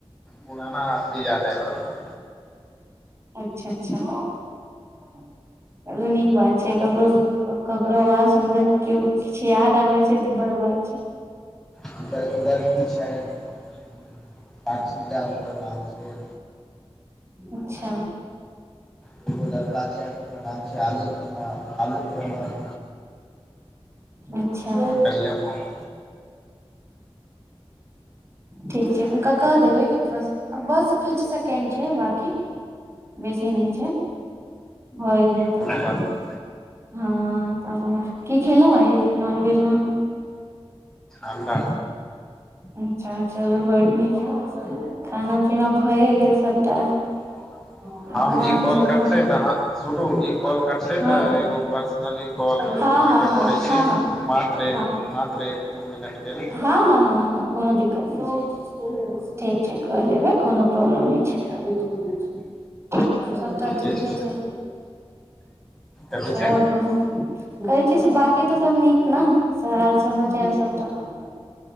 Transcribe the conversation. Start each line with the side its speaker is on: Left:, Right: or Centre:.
Centre: पुराना अथि याद आबि रहल अछि।
Right: अच्छा अच्छा <unintelligible> चलू नीक बात छै ककरो ककरो आस हमरा कियो किछ याद आबै छै तऽ बड़ बात छैय।
Centre: हुनकर अन्दर की छैन <unintelligible> हुनकर नाम छैन।
Right: अच्छा
Centre: कोनो लड़का छैन हुनकर नाम छैय आलोक झा आलोक रमन।
Right: अच्छा
Centre: हमर कनिए फोन
Right: ठीक छै हुनका कह देबै की बस आ बस किछ सेकेंड छैय बाकी, बेसी नैय छै भए जेतऽ
Centre: कोनो
Right: आब।
Centre: बात
Right: हँ हं की खेलौं आय नॉन वेज मे?
Centre: अंडा।
Right: अच्छा चलू बड नीक खाना पीना भए गेल सबटा।
Centre: <unintelligible>
Right: आब
Centre: हम
Right: आराम
Centre: ई कॉल
Right: से अपन
Centre: कटतेै तऽ हां, सुनु ई कॉल कटतै त
Right: हँ
Centre: एगो पर्सनली कॉल
Right: हँ
Centre: हम आहाँ
Right: हँ
Centre: के
Right: हँ
Centre: करै
Right: हँ
Centre: छी
Right: हँ
Centre: मात्र
Right: हँ
Centre: एक मात्र एक दू मिनट के
Right: हँ हँ हँ हँ कोनो दिक्कत नैय छैय। ठीक छै कऽ लेबै कोनो प्रॉब्लम नैय छैय। और सबटा
Centre: लेल
Right: ठीके छैय।
Centre: कथी
Right: सैहबक
Centre: छै
Right: कहु। कहै छी स बाकी तऽ सब नीक ना सब हाल समाचार सबटाऽ